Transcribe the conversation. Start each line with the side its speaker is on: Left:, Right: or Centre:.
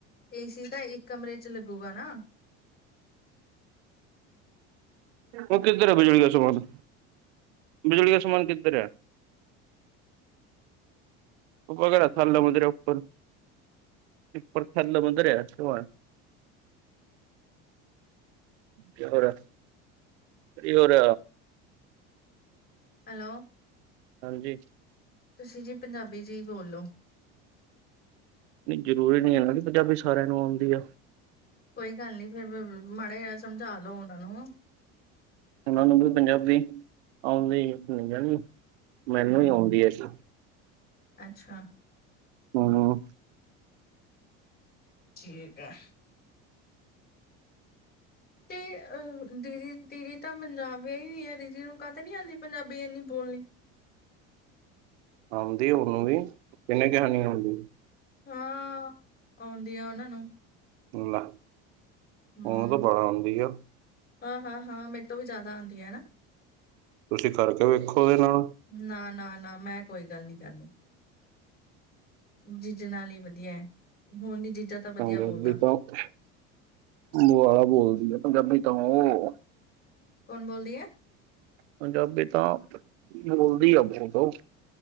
Left: ਏ ਸੀ ਤਾਂ ਇੱਕ ਕਮਰੇ ਇੱਚ ਲੱਗੂਗਾ ਨਾ।
Right: ਔ ਕਿੱਧਰ ਐ ਬਿਜਲੀ ਆਲਾ ਸਮਾਨ? ਬਿਜਲੀ ਦਾ ਸਮਾਨ ਕਿੱਧਰ ਐ? ਤੂੰ ਕਦੋਂ ਰੱਖਿਐ ਅੰਦਰ ਮੰਜੇ ਦੇ ਉੱਪਰ। ਉੱਪਰ ਥੱਲੇ ਮੰਦਰ ਐ <unintelligible> ਤੇ ਹੋਰ, ਕੀ ਹੋਰ।
Left: ਹੈਲੋ।
Right: ਹਾਂਜੀ।
Left: ਤੁਸੀਂ ਜੀ ਪੰਜਾਬੀ ਜੀ ਬੋਲ ਲੋ।
Right: ਨੀ ਜਰੂਰੀ ਨੀ ਐ ਨਾ ਬੀ ਪੰਜਾਬੀ ਸਾਰਿਆਂ ਨੂੰ ਆਉਂਦੀ ਆ।
Left: ਕੋਈ ਗੱਲ ਨੀ ਫੇਰ ਬ ਮਾੜਾ ਜਿਆ ਸਮਝਾ ਲੋ ਔਨਾਂ ਨੂੰ।
Right: ਔਨਾਂ ਨੂੰ <unintelligible> ਪੰਜਾਬੀ ਆਉਂਦੀ <unintelligible> ਮੈਨੂੰ
Left: ਹੂੰ
Right: ਈ ਆਉਂਦੀ ਐ ਸਿਰਫ਼।
Left: ਅੱਛਾ।
Right: ਹੂੰ।
Left: ਠੀਕ ਐ। ਤੇ ਅ ਦੀਦੀ ਦੀਦੀ ਤਾਂ ਪੰਜਾਬ ਵੇਆਹੀ ਹੋਈ ਆ, ਦੀਦੀ ਨੂੰ ਕਾ ਤੋ ਨੀ ਆਂਦੀ ਪੰਜਾਬੀ ਏਨੀ ਬੋਲਨੀ।
Right: ਆਉਂਦੀ ਓਨੂੰ ਵੀ, ਕਿੰਨੇ ਕੇਹਾ ਨੀ ਆਉਂਦੀ?
Left: ਹਾਂ, ਆਉਂਦੀ ਆ ਓਨਾਂ ਨੂੰ।
Right: ਲੈ
Left: ਹੂੰ
Right: ਓਨ ਤਾਂ ਬੜਾ ਆਂਉਦੀ ਆ
Left: ਹਾਂ, ਹਾਂ, ਹਾਂ ਮੇਤੋਂ ਵੀ ਜਾਦਾ ਆਂਦੀ ਆ ਨਾ।
Right: ਤੁਸੀਂ ਕਰਕੇ ਵੇਖੋ ਓਦੇ ਨਾਲ਼।
Left: ਨਾ, ਨਾ, ਨਾ ਮੈਂ ਕੋਈ ਗਾੱਲ ਨੀ ਕਰਨੀ। ਜੀਜੇ ਨਾਲ ਈ ਵਦੀਆ ਏ, ਹੋਣ ਨੀ ਜੀਜਾ ਤਾਂ ਵਧੀਆ
Right: ਹਾਂਜੀ-ਹਾਂਜੀ
Left: ਬੋਲਦਾ
Right: ਓਤਾਂ ਬਾਲਾ਼ ਬੋਲਦੀ ਆ ਪੰਜਾਬੀ ਤਾਂ ਓ।
Left: ਕੋਨ ਬੋਲਦੀ‌ ਐ?
Right: ਪੰਜਾਬੀ ਤਾਂ ਬੋਲਦੀ ਆ ਬੋਤ ਓ।